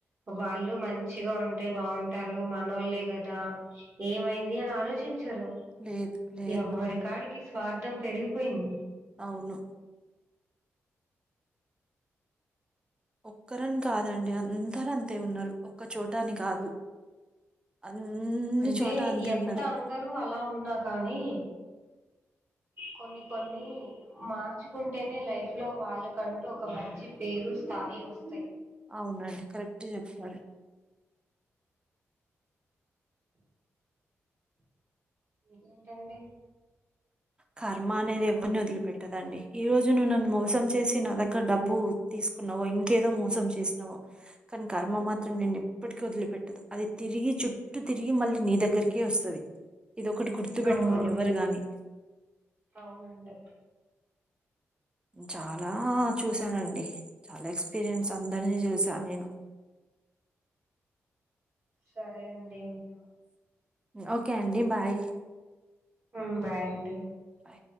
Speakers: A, on the right; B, on the right.
A: వాళ్ళు మంచిగా ఉంటే బాగుంటారు మనోళ్లే గదా ఏమైం ది అని ఆలోచించరు
B: లేద్ లేద్
A: ఎవ్వడికాడికి
B: అవును
A: స్వార్థం పెరిగిపోయింది
B: అవును ఒక్కరని కాదండి అందరు అంతే ఉన్నారు ఒక్క చోటా అని కాదు అన్ని
A: అంటే
B: చోట అంతే
A: ఎంత
B: ఉన్నారు
A: అందరూ అలా ఉన్నా కానీ కొన్ని కొన్ని మార్చుకుంటేనే లైఫ్ లో వాళ్ళకంటూ ఒక మంచి పేరు స్థాయి వస్త
B: అవునండి కరెక్టే చెప్పారు
A: ఇంకేంటండి
B: కర్మ అనేది ఎవరిని వదిలిపెట్టదండి ఈ రోజు నువ్వు నన్ను మోసం చేసి నా దగ్గర డబ్బు తిస్ స్కున్నావో ఇంకేదో మోసం చేసినవో కానీ కర్మ మాత్రం నిన్ను ఎప్పటిక వదిలిపెట్టదు అది తిరిగి ఈ చుట్టూ తిరిగి మళ్ళీ నీ దగ్గరకే వస్తది ఇది ఒకటి గుర్తుప పెట్టుకోవాలి
A: అవును
B: ఎవరు గాని
A: అవునండి
B: చాలా చూసానండి చాలా ఎక్స్పీరియన్స్ అందరినీ చూసా నేను
A: సరే అండి
B: ఓకే అండి బాయ్
A: హుమ్ బాయండి
B: బాయ్.